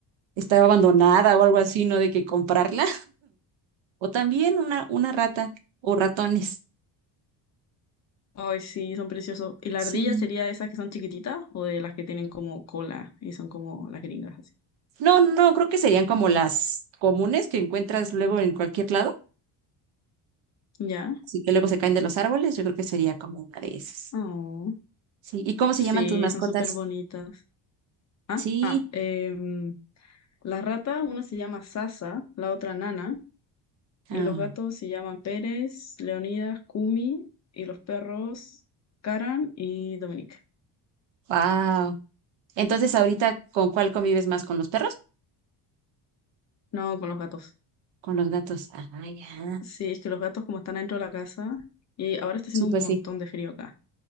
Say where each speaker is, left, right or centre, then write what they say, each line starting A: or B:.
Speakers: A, on the right (about 65°); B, on the left (about 35°).
A: estaba abandonada o algo así, ¿no? De que comprarla o también una, una rata o ratones.
B: Ay, sí, son preciosos. ¿Y la
A: Sí.
B: ardilla sería de esas que son chiquititas o de las que tienen como cola y son como las gringas así?
A: No, no, creo que serían como las comunes que encuentras luego en cualquier lado,
B: ¿Ya?
A: así que luego se caen de los árboles, yo creo que sería como una de esas.
B: Oh,
A: Sí, ¿y cómo
B: sí,
A: se llaman tus mascotas?
B: son súper bonitas. Ah,
A: Sí.
B: ah, em, las ratas, una se llama Sasa, la otra Nana. Y
A: Ah,
B: los gatos se llaman Pérez, Leonidas, Kumi, y los perros Karan y Dominique.
A: wow. Entonces, ahorita, ¿con cuál convives más? ¿Con los perros?
B: No, con los gatos.
A: ¿Con los gatos? Ah, ya.
B: Sí, es que los gatos como están dentro de la casa y ahora está haciendo
A: Sí, pues
B: un montón
A: sí.
B: de frío acá.